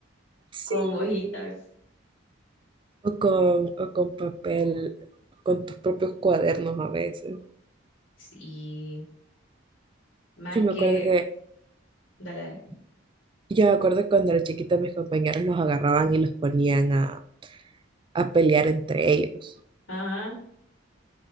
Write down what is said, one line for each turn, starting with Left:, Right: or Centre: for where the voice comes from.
Right: Sí.
Left: con hojitas.
Right: o con, o con papel, con tus propios cuadernos a veces.
Left: Sí, más
Right: Yo me
Left: que...
Right: acuerdo que,
Left: Dale, dale.
Right: yo me acuerdo cuando era chiquita mis compañeros los agarraban y los ponían a, a pelear entre ellos.
Left: Ajá.